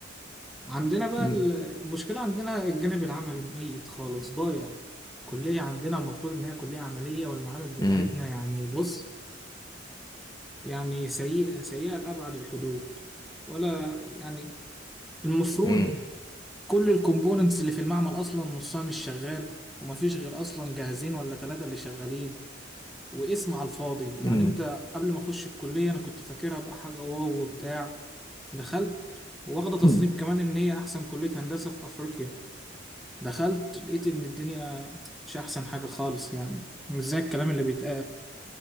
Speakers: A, in the centre; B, on the left.
A: عندنا بقى
B: مم.
A: ال- المشكله عندنا الجانب العملي ميت خالص ضايع كليه عندنا المفروض ان هي كليه عمليه والمعامل بتاعتنا
B: امم
A: يعني بص يعني سيئه سيئه لابعد الحدود ولا يعني المفروض
B: امم
A: كل الكومبوننتس اللي في المعمل اصلا نصها مش شغال ومفيش غير اصلا جاهزين ولا ثلاثه اللي شغالين واسم على الفاضي يعني
B: مم.
A: انت قبل ما اخش الكلية انا كنت فاكرها بقى حاجة واو وبتاع دخلت واخدة تصنيف
B: مم.
A: كمان ان هي احسن كلية هندسة في افريقيا دخلت لقيت ان الدنيا مش احسن حاجة خالص يعني مش زي الكلام اللي بيتقال